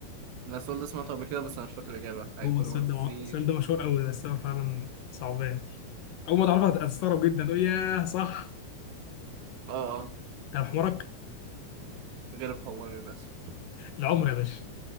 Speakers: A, on the right (about 75°); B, on the left (about 70°).
A: أنا السؤال ده سمعته قبل كده بس أنا مش فاكر الإجابة حاجة
B: هو
A: كل
B: السؤال
A: ما بتزيد
B: ده مع- السؤال ده مشهور قوي بس هو فعلا صعبان اول ما تعرفها هت- هتستغرب جدا تقول ياه صح
A: آه آه
B: انا بحمرك
A: غير الحمار للأسف
B: العمر يا باشا